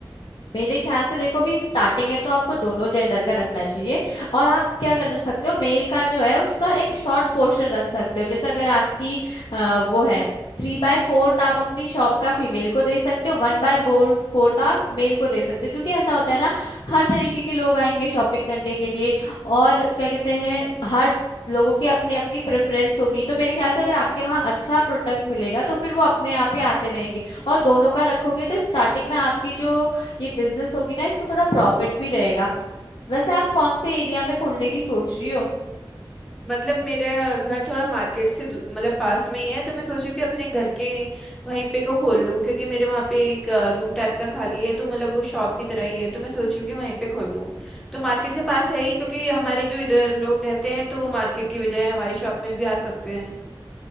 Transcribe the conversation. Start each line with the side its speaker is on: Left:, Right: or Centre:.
Left: मेरे ख्याल से देखो अभी स्टार्टिंग है तो आपको दोनों जेंडर का रखना चाहिए और आप क्या कर सकते हो मेल का जो है उसका एक शॉर्ट पोर्शन रख सकते हो जैसे अगर आपकी अ, वो है थ्री बाय फोर्थ आप अपनी शॉप का फीमेल को दे सकते हो वन बाय फोर्थ आप मेल को दे सकते हो क्योंकि ऐसा होता है ना हर तरीके के लोग आएंगे शॉपिंग करने के लिए और क्या कहते हैं हर लोगों की अपनी अपनी प्रेफरेंस होगी तो मेरे ख्याल से अगर आपके वहाँ अच्छा प्रोडक्ट मिलेगा तो फिर वो अपने आप ही आते रहेंगे और दोनों का रखोगे तो स्टार्टिंग में आपकी जो ये बिजनेस होगी ना इसको थोड़ा प्रॉफिट भी रहेगा वैसे आप कौन से एरिया में खोलने की सोच रही हो
Centre: मतलब मेरे घर थोड़ा मार्केट से दू- मतलब पास में ही है तो मैं सोची कि अपने घर के वहीं पे को खोल लूँ क्योंकि मेरे वहाँ पे एक रूम टाइप का खाली है तो मतलब वो शॉप की तरह ही है तो मैं सोचूँ कि वहीं पे खोल लूँ तो मार्केट से पास है ही क्योंकि हमारे जो इधर लोग रहते हैं तो वो मार्केट की बजाय हमारी शॉप में भी आ सकते हैं